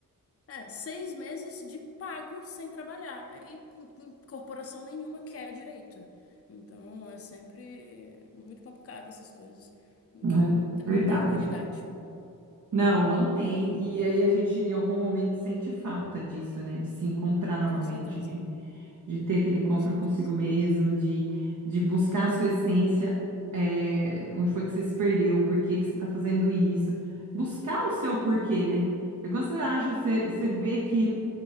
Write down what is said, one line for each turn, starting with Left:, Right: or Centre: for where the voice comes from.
Left: É, seis meses de pago sem trabalhar. E hum, corporação nenhuma quer direito. Então é sempre muito complicado essas coisas. Hum,
Right: É
Left: Não, te- não
Right: verdade.
Left: tem humanidade.
Right: Não, não tem. E aí a gente em algum momento sente falta disso, né? De se encontrar novamente,
Left: Com certeza,
Right: de, de ter aquele encontro
Left: com certeza.
Right: consigo mesmo, de, de buscar a sua essência, é, onde foi que você se perdeu, por que que você está fazendo isso. Buscar o seu porquê, né? E quando você acha,
Left: Uhum,
Right: você, você vê que